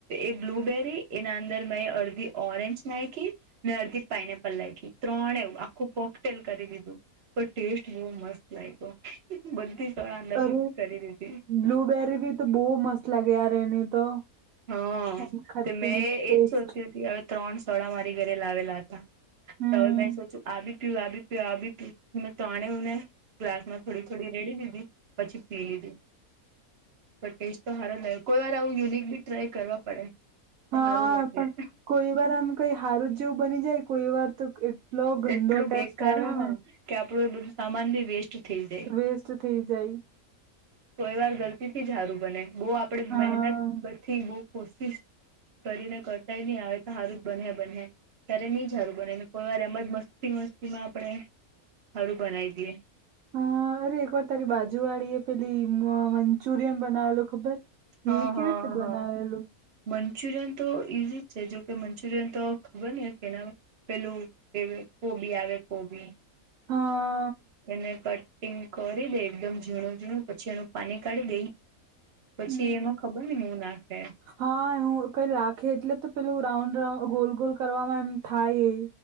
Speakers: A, on the right; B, on the right.
A: એ બ્લુબેરી એના અંદર મેં અડધી ઓરેન્જ નાયખી ને અડધી પાઇનએપલ નાયખી. ત્રણે એવું આખું પોકટેલ કરી દીધું. પણ ટેસ્ટ બહુ મસ્ત લાય્ગો બધી સળ અંદર
B: અરે
A: મિક્સ કરી દીધી.
B: બ્લુબેરી ભી તો બહુ મસ્ત લાગે યાર એની તો.
A: હા
B: એમ ખટ્ટી
A: તે મેં
B: મીઠી
A: એ
B: ટેસ્ટ
A: એજ સોતી હતીહવે. ત્રણ સોડા મારી ઘરે લાવેલા હતા
B: હમ
A: હવે મેં સોચું આ બી પીવા બી પીવા બી પી મે ત્રણેઉને ગ્લાસ માં થોડી થોડી રેડી દીધી. પછી પી લીધું પણ ટેસ્ટ તો સાર લાગ્યો કોઈ વાર આવું યુનિક બી ટ્રાય કરવા પડે. તો
B: હા
A: સારું લાગે
B: પણ કોઈ વાર આમ કઈ હારું જ જેવું બની જાય કોઈ વાર તો એક એટલો ગંદો
A: એટલું
B: ટેસ્ટ
A: બેકાર
B: આવે
A: હા
B: ને.
A: કે આપડું એ બધું સામાન બી વેસ્ટ થઈ જાય
B: વેસ્ટ થઈ જાય.
A: કોઈ વાર ગલતી થી જ સારું બને બહ આપડે
B: હા
A: મહેનત બથી બહુ કોશિશ કરીને કરતાય નહી આવે તો હારુ જ બનહે બનહે ત્યારે ની જ હારું બને ને કોઈ વાર આપ તેમજ મસ્તી મસ્તી માં આપડે હળું બનાવી દઈએ.
B: હ અરે એક વાર તારી બાજુ વાળીએ પેલી મ મંચુરિયન બનાવેલો ખબર. એ
A: હા
B: કેવી
A: હા
B: રીતે બનાવેલું?
A: હા મંચુરિયન તો ઈઝી જ છે જોકે મંચુરિયન તો ખબર નહી કેના. પેલું એવ કોબી આવે કોબી.
B: હા!
A: એને કટિંગ કરી દે એકદમ ઝીણું ઝીણું પછી એનું પાની કાઢી દે. પછી
B: હમ
A: એમાં ખબર નહી હું નાખે?
B: હા હું કઈ લાખે એટલે તો પેલું રાઉન્ડ રાઉન ગોલ ગોલ કરવામાં એમ થાય એ.